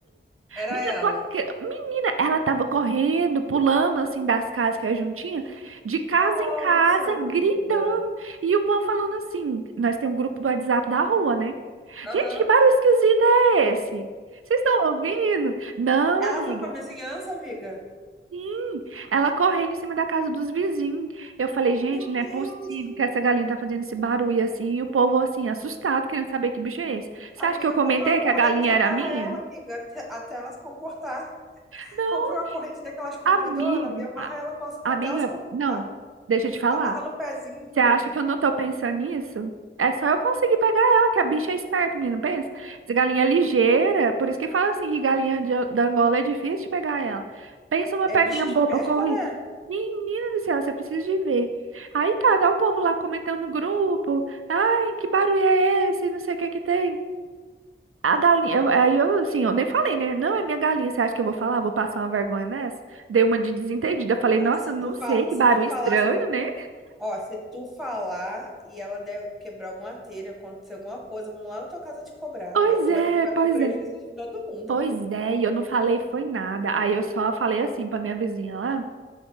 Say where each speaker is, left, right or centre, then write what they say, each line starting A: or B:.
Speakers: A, in the centre; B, on the right (about 85°).
A: Era
B: Menina,
A: ela.
B: tu acre- Menina, ela tava correndo, pulando assim das casas que é juntinha, de casa
A: Nossa,
B: em casa,
A: amiga.
B: gritando. E o povo falando assim: nós temos um grupo do WhatsApp da rua, né?
A: Aham.
B: Gente, que barulho esquisito é esse? Vocês estão ouvindo? Não,
A: Ela
B: amiga.
A: foi pra vizinhança, amiga?
B: Sim, ela correndo em cima da casa dos vizinhos. Eu falei, gente,
A: Meu
B: não
A: Deus.
B: é possível que essa galinha tá fazendo esse barulho assim. E o povo, assim, assustado, querendo saber que bicho é esse. Você
A: Amiga,
B: acha que eu comentei
A: compra uma corrente
B: que a galinha
A: e amarra
B: era minha?
A: ela, amiga, até até ela se comportar.
B: Não,
A: Comprou uma corrente daquelas compridoras
B: amiga.
A: e amarra ela pras-
B: Amiga,
A: até elas comportar.
B: não. Deixa eu te falar.
A: Amarra no pezinho.
B: Você acha que eu não tô pensando nisso? É só eu conseguir pegar ela, que a bicha é esperta, menina, pensa. Essa galinha é ligeira, por isso que fala assim, que galinha de- da Angola é difícil de pegar ela. Pensa numa
A: É
B: perninha
A: bicho esperto,
B: boa pra correr.
A: né?
B: Menina do céu, você precisa de ver. Aí tá, tá o povo lá comentando no grupo. Ai, que barulho é esse? Não sei o que que tem. A galinha, eu- aí eu, assim, eu nem falei, né? Não é minha galinha, você acha que eu vou falar? Vou passar uma vergonha nessa? Dei uma de desentendida. Eu falei,
A: Não,
B: nossa,
A: Se
B: não
A: tu, fa...
B: sei, que
A: se
B: barulho
A: tu falasse.
B: estranho, né?
A: Ó, se tu falar e ela der... quebrar alguma telha, acontecer alguma coisa, vão lá na tua casa te cobrar.
B: Pois
A: Vai- Tu
B: é,
A: vai ter que pagar
B: pois
A: o prejuízo
B: é.
A: de todo mundo.
B: Pois é, e eu não falei foi nada. Aí eu só falei assim pra minha vizinha lá,